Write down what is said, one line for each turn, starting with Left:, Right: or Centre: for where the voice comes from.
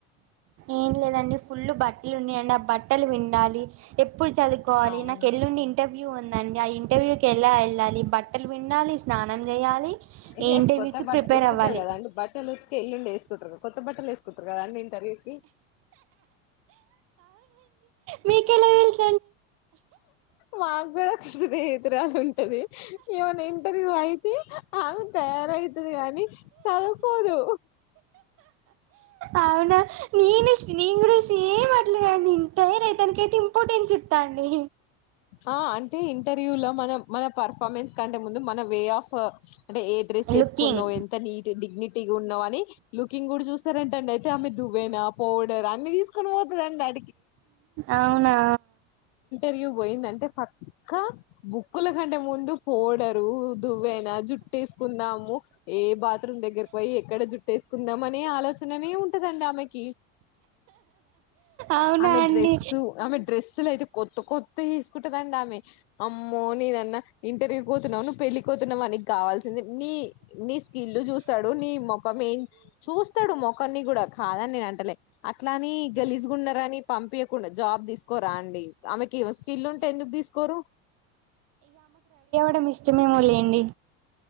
Right: ఏం లేదండి ఫుల్ బట్టలు ఉన్నాయండి ఆ బట్ట బట్టలు విండాలి ఎప్పుడు చదువుకోవాలి
Left: అవును
Right: నాకు ఎల్లుండి ఇంటర్వ్యూ ఉందండి ఆ ఇంటర్వ్యూ క ఎలా వెళ్ళాలి బట్టలు విండాలి స్నానం చేయాలి
Left: ఇ
Right: ఈ ఇంటర్వ్యూకి
Left: కొత్త బట్ట
Right: ప్రిపేర్
Left: ఉత్కుతా
Right: అవ్వాలి
Left: కదాండి బట్టలు ఉత్కే ఇల్ండి వేస్సుకుట్రారు కొత్త బట్టలుేస్త కదండీ ఇంటర్వ్యూకి
Right: మీకేల తెల్సు
Left: మాకుడా కది స్నేహితురాలు ఉంటది ఏమనా ఇంటర్వ్యూ అయితే ఆమె తయారవుతుది కాగాని సదుకోదు
Right: అవునా నను నింగ్ సేమ్ అట్లేనే నింతారై తనకైతే ఇంపార్టెన్స్ ఇట్టా అండి
Left: ఆ అంటే ఇంటర్వ్యూ లో మన మన పర్ఫార్మెన్స్ కంటే ముందు మన వే ఆఫ్ అంటే ఏ డ్రెస్ వేసుకున్నావు
Right: లుకింగ్
Left: ఎంత నీట్ డిగ్నిటీగా ఉన్నావ్ అని లుకింగ్ కూడా చూస్తారంటండి అయితే ఆమె వెనా పౌడర్ అన్ని తీసుకొని పోతుందిండి అ
Right: అవునా
Left: ఇగ పోయిందంటే పక్కా బుక్కుల కంటే ముందు పోడరు దువ్వనా జుట్ చుట్టేసుకుందాము ఏ బాత్రూమ్ దగ్గరకు పోయి ఎక్కడ జుట్టేసుకుందాం అనే ఆలోచననే ఉంటదండి మేకి
Right: అవునా
Left: ఆ
Right: అండి
Left: డ్రెస్ డ్రెసులైతే కొత్త కొత్త ఏసుకుంటదండి ఆమె అమ్మో నేనన్న ఇంటర్వ్యూ కోతున్నావు నువ్వు పెళ్ళి కోతున్నావు అని కావాల్సింది నీ నీ స్కిల్ చూస్తాడు నీ మొఖం ఎన్ చూస్తాడు మొఖాన్ని కూడా కాదనీ నేను అంటలే అట్లాని గలిజు ఉన్నారని పంపయకుండా జాబ్ తీసుకోరా అండి ఆమెకి స్కిల్ ఉంటే ఎందుకు తీసుకోరు
Right: డం ఇష్టమేమో లెండి